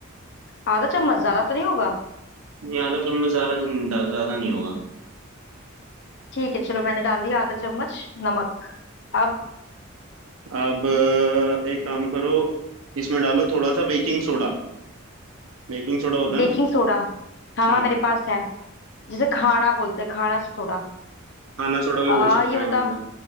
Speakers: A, on the left; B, on the right.
A: आधा चम्मच ज्यादा तो नहीं होगा
B: नहीं आधा चम्मच ज्यादा नहीं- ज्यादा नहीं होगा
A: ठीक है चलो मैंने डाल दिया आधा चम्मच नमक अब
B: अब अ, एक काम करो इसमें डालो थोड़ा सा बेकिंग सोडा बेकिंग सोडा होता है
A: Baking
B: ना
A: soda हाँ
B: हाँ
A: हाँ मेरे पास है जिसे खाड़ा बोलते हैं खाड़ा सोडा
B: खाना सोडा भी बोल
A: आ
B: सकते
A: ये
B: हैं
A: बता
B: हाँ उसे।